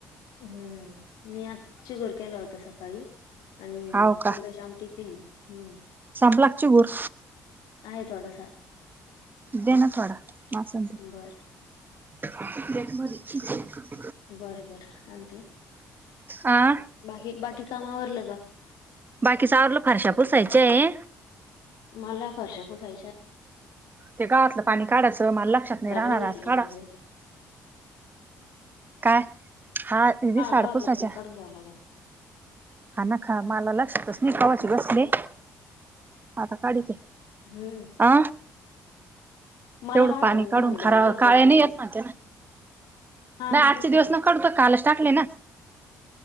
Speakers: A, on the left; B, on the right.
A: हम्म, मी आज चिगोर केला होता सकाळी. आणि
B: हाव का
A: उडदाची आमटी केली. हम्म.
B: संपला का चिगुर?
A: आहे थोडासा.
B: दे ना थडासा.
A: बर
B: <unintelligible>
A: बरं बर आणते.
B: आ
A: बाकी बाकी काम आवरलं का?
B: बाकी आवरलं. फारशा पुसायच्या ये.
A: मला फरश्या पुसायच्याय.
B: ते गवातलं पाणी काढायचं. मला लक्षात नाही
A: खराब
B: राहणार.
A: झाले
B: आज काढाव
A: करून देते
B: काय? हा ते दिसाआड
A: गव्हातलं
B: पुसायच्या.
A: पाणी काढून घ्यावं लागल.
B: हा नकाखा, मला लक्षातच नाही. कवाची बसले. आता काढीते.
A: हम्म.
B: अ,
A: मला
B: तेवढं
A: काढावं
B: पाणी
A: लागल
B: काढून
A: का म्हणलं
B: खरा.
A: रोज
B: काळे
A: आजचा
B: नाही
A: दिवस
B: येत म्हणत्यान.
A: हा
B: नाही
A: मग
B: आजचे
A: तेच म्हणलं
B: दिवस नको काढू. त्यो कालच टाकले ना?